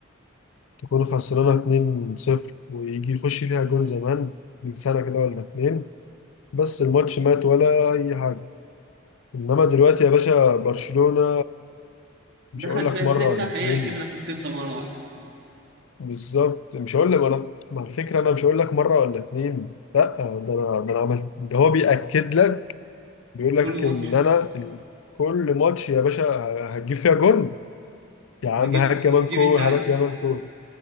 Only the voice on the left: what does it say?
تكون خسرانة 2-0 ويجي يخش فيها جون زمان من سنة كده ولا اتنين بس الماتش مات ولا اي حاجه انما دلوقتي يا باشا برشلونه مش
هقول
لك مره
ولا
اتنين
بالظبط مش هقول لك انا ما الفكره انا مش هقول لك مره ولا اتنين لا ده انا ده انا عملت ده هو بياكد لك بيقول
لك
ان انا ال- كل ماتش يا باشا هتجيب فيها جون يا
عم هات كمان
كو
هات كمان كو